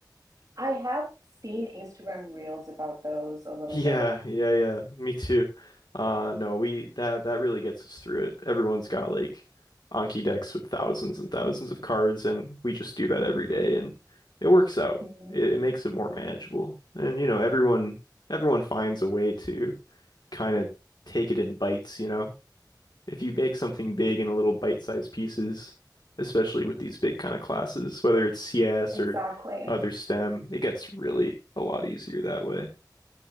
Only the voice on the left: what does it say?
Yeah,
yeah, yeah. Me too. Uh no, we that that really gets us through it. Everyone's got like Anki decks with thousands and thousands of cards, and we just do that every day, and it works out.
It, it makes it more manageable. And you know, everyone everyone finds a way to kind of take it in bites, you know. If you make something big in a little bite-sized pieces, especially with these big kind of classes, whether it's CS
or other STEM, it gets really a lot easier that way.